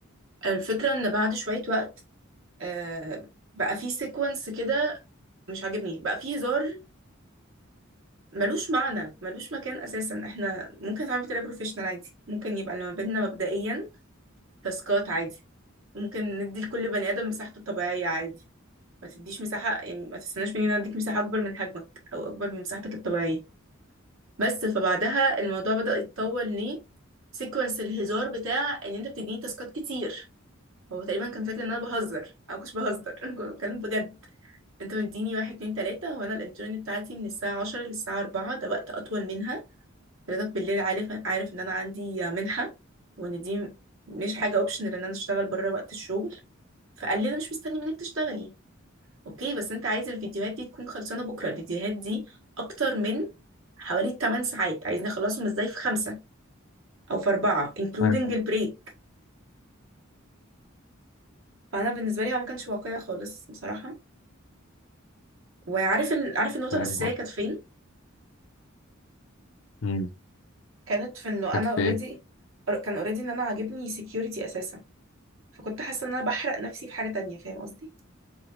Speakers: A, on the right; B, on the left.
A: الفكره ان بعد شويه وقت آه بقى في سيكونس كده مش عاجبني بقى في هزار ملوش معنى ملوش مكان اساسا احنا ممكن نتعامل بطريقه بروفيشنال عادي ممكن يبقى اللي ما بيننا مبدئيا تاسكات عادي ممكن ندي لكل بني ادم مساحته الطبيعيه عادي ما تديش مساحه يعني ما تستناش مني ان أنا اديك مساحه اكبر من حجمك او اكبر من مساحتك الطبيعيه بس فبعدها الموضوع بدأ يتطور ليه سيكونس الهزار بتاع ان انت بتديني تاسكات كتير هو تقريبا كان فاكر ان انا بهزر او مش بهزر <laughs> كنت بتكلم بجد انت مديني واحد اتنين تلاته وانا الانترن بتاعتي من الساعه 10 للساعه 4 ده وقت اطول منها حضرتك بالليل عارف عارف ان انا عندي منحة وان دي مش حاجة اوبشنال ان انا اشتغل بره وقت الشغل فقال لي انا مش مستني منك تشتغلي اوكي بس انت عايز الفيديوهات دي تكون خلصانة بكرة الفيديوهات دي اكتر من حوالي 8 ساعات عايزني اخلصهم ازاي في خمسة او في اربعة including
B: فاهم
A: البريك فانا بالنسبة لي هو ما كانش واقعي خالص بصراحة وعارف ال... عارف النقطة
B: فاهم
A: الأساسية
B: قصدي
A: كانت فين
B: مم.
A: كانت في انه
B: كانت
A: انا
B: في
A: اوريدي
B: ايه
A: كان اوريدي ان انا عاجبني security اساسا فكنت حاسة ان انا بحرق نفسي في حاجة تانية فاهم قصدي